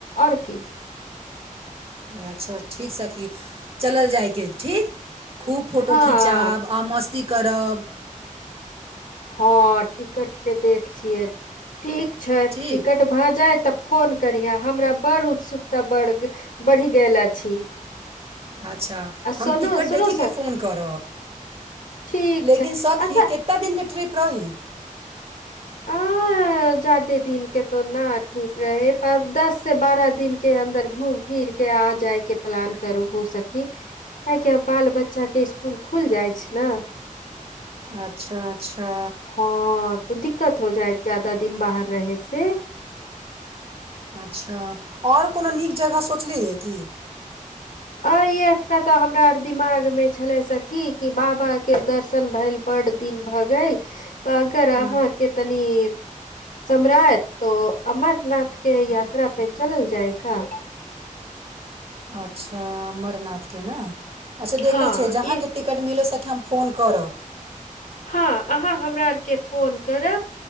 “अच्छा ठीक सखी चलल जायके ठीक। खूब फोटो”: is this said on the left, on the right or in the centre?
Right